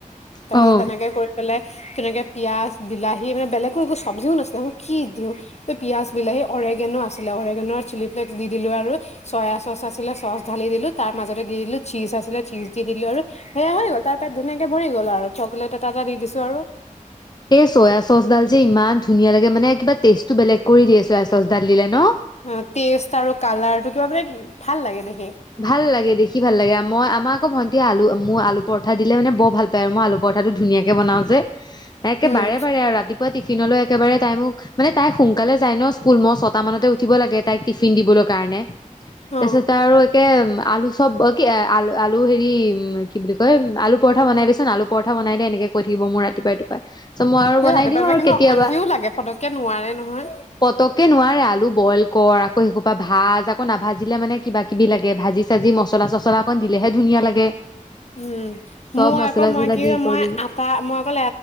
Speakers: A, on the left; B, on the left.
A: তাৰ
B: অ',
A: পিছত তেনেকে কৰি পেলে। তেনেকে পিঁয়াজ, বিলাহী মানে বেলেগো একো চব্জিও নাছিলে মানে কি দিওঁ পিঁয়াজ, বিলাহী। অৰেগেনো আছিলে অৰেগেনৰ চিলি ফ্লেকস্ দি দিলো আৰু চয়া চচ আছিলে চচ ঢালি দিলো তাৰ মাজতে দি দিলো চীজ আছিলে চীজ দি দিলো আৰু সেয়া হৈ গ'ল তাৰ পেট ধুনায়াকে ভৰি গ'ল আৰু চকলেট এটা এটা দি দিছো আৰু-
B: এ চয়া চচডাল যে ইমান ধুনীয়া লাগে মানে কিবা টেষ্টটো বেলেগ কৰি দিয়ে চয়া চচডাল দিলে ন।
A: অ টেষ্ট আৰু কালাৰটো কিবা বোলে ভাল লাগে দেখ-
B: ভাল লাগে দেখি ভাল লাগে, মই আমাক- আকৌ ভন্টিয়ে আলু মোৰ আলু পৰঠা দিলে মানে বৰ ভাল পায় আৰু মই আলু পৰঠাটো ধুনীয়াকে বনাও যে। তাকে একে
A: উম
B: বাৰে বাৰে আও ৰাতি। টিফিনলৈ একেবাৰে তাই মোক, মানে তাই সোনকালে যায় ন স্কুল মই ছটা মানতে উঠিব লাগে তাইক টিফিন দিবলৈ কাৰণে।
A: অ
B: তাৰ পিছত আৰু এমা আলু চব অ কি আল আলু হেৰি কি বুলি কয় আলু পৰঠা বনাই দেচোন আলু পৰঠা বনাই দিয় এনেকে কৈ- মোৰ ৰাতিপুৱাই ৰাতিপুৱাই চ মই আৰু
A: এই
B: বনাই
A: ৰাতিপুৱা
B: দিওঁ
A: ৰাতিপুৱা
B: আৰু
A: কিন্তু
B: কেতিয়াবা
A: অশান্তিও লাগে পতককে নোৱাৰে নহয়
B: পতককে নোৱাৰে। আলু বইল কৰ আকৌ সেই সোপা ভাজ আকৌ নাভাজিলে মানে কিবা। কিবি লাগে ভাজি চাজি মচলা চচলা অকণ দিলেহে ধুনীয়া লাগে।
A: উম
B: চব
A: মোৰ
B: মছলা
A: আকৌ মই
B: চছলা
A: কি
B: দি কৰি
A: মই আটা মই অকল